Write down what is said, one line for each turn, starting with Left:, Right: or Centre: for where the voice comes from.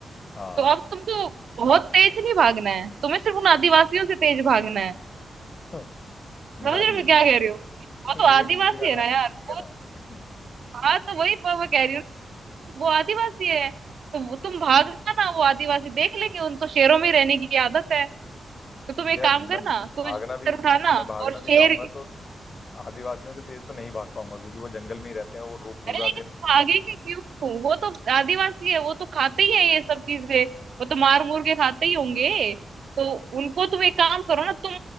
Left: हाँ
Right: तो अब तुमको बहुत तेज नहीं भागना है तुम्हें सिर्फ उन आदिवासियों से तेज भागना है
Left: हाँ।
Right: समझ
Left: यार
Right: रहे हो
Left: ये-
Right: मैं क्या कह रही हूँ वो तो
Left: ये
Right: आदिवासी
Left: मूवी का
Right: है
Left: डायलॉग
Right: ना यार
Left: है ठीक है
Right: वो
Left: ना
Right: हाँ तो वही पर मैं कह रही हूँ वो आदिवासी है तो वो- तुम भागना ना वो आदिवासी देख लेंगे उन तो शेरों में रहने की आदत है तो तुम एक
Left: यार
Right: काम
Left: मैं
Right: करना
Left: भागना
Right: कुछ पत्थर
Left: भी
Right: उठाना
Left: मैं भागना
Right: और शेर
Left: भी चाहूंगा तो आदिवासियों से तेज तो नहीं भाग पाऊंगा क्योंकि वो जंगल में ही रहते हैं वो रो पूरा
Right: अरे लेकिन
Left: दिन
Right: भागेंगे क्यों वो तो आदिवासी है वो तो खाते ही है ये सब चीजें वो तो मार मूर के खाते ही होंगे तो उनको तुम एक काम करो ना तुम